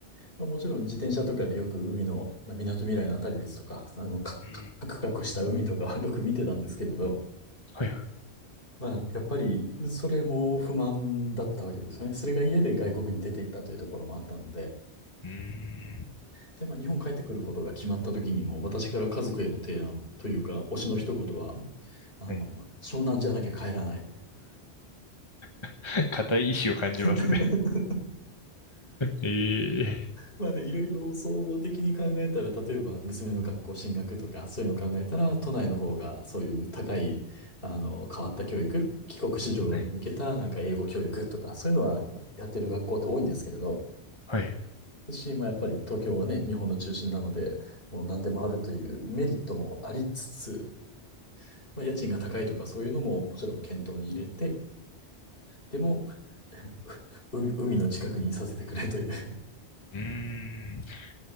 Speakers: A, on the left (about 55°); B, on the left (about 25°).
A: まあ、もちろん自転車とかでよく海の、まあ、港未来のあたりですとか、あの、カクカクカクした海とかはよく見てたんですけれど、
B: うん、はいはい。
A: まあ、やっぱり、それも不満だったわけですよね。それが嫌で外国に出て行ったというところもあったので、
B: うん
A: で、まあ、日本帰ってくることが決まった時にも、私から家族への提案というか、推しの一言は、あの、
B: はい。
A: 湘南じゃなきゃ帰らない。
B: <laughs> 固い意志を感じますね。
A: <laughs>
B: <laughs> ええ
A: まあね、いろいろ総合的に考えたら、例えば娘の学校進学とか、そういうの考えたら、都内の方がそういう高い、あの、変わった教育、帰国子女に向けたなんか英語教育とか、
B: はい。
A: そういうのはやってる学校って多いんですけれど、
B: はい。
A: し、まあやっぱり東京はね、日本の中心なので、もう何でもあるというメリットもありつつ、まあ、家賃が高いとかそういうのももちろん検討に入れて、でも、<laughs> う海の近くにいさせてくれという。
B: うん。うーんな